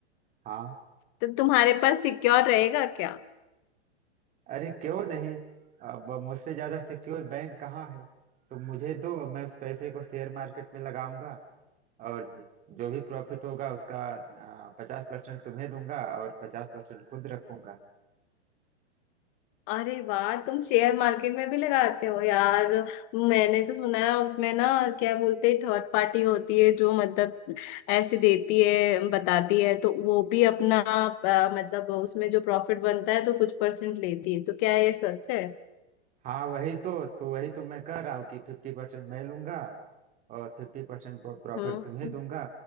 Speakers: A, on the right (about 20°); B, on the left (about 35°).
A: हाँ
B: तो तुम्हारे पास सिक्योर रहेगा क्या
A: अरे क्यों नहीं अब मुझसे ज्यादा सिक्योर बैंक कहाँ है तो मुझे दो मैं उस पैसे को शेयर मार्केट में लगाऊंगा और जो भी प्रॉफिट होगा उसका पचास परसेंट तुम्हें दूंगा और पचास परसेंट खुद रखूंगा
B: अरे वाह तुम शेयर मार्केट में भी लगाते हो यार मैंने तो सुना है उसमें ना क्या बोलते हैं थर्ड पार्टी होती है जो मतलब ऐसे देती है बताती है तो वो भी अपना अ, मतलब उसमें जो प्रॉफिट बनता है तो कुछ परसेंट लेती है तो क्या ये सच है
A: हाँ वही तो तो वही तो मैं कह रहा हूँ कि फिफ्टी परसेंट मैं लूंगा और फिफ्टी परसेंट प्रॉफिट
B: हम्म
A: तुम्हें दूंगा